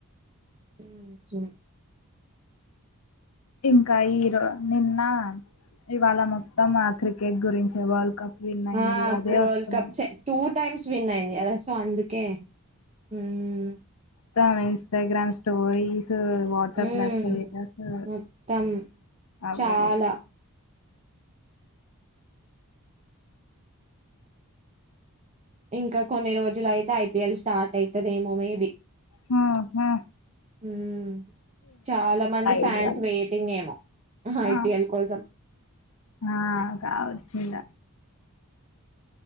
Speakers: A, on the right; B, on the left.
A: ఉహు
B: ఇంకా ఈరో నిన్న ఇవాళ మొత్తం క్రికెట్ గురించే వరల్డ్ కప్ విన్ అయింది
A: ఆ
B: అదే
A: వరల్డ్
B: వస్తున్నాయి
A: కప్ టూ టైమ్స్ విన్ అయింది కద సో అందుకే హ్మ్మ్
B: త్త ఇంస్టాగ్రామ్ స్టోరీస్ వాట్సాప్లో
A: ఉమ్
B: స్టేట్ స్
A: మొత్తం
B: అవే
A: చాలా ఇంకా కొన్ని రోజులు అయితే ఐపీఎల్ స్టార్ట్ అయితదేమో మేబీ
B: హా హా
A: హ్మ్మ్ చాలా మంది ఫ్యాన్స్
B: ఐడియా లేదు
A: వెయిటింగ్ ఏమో ఐపిఎల్
B: ఆ
A: కోసం
B: ఆ కావచ్చు ఇంక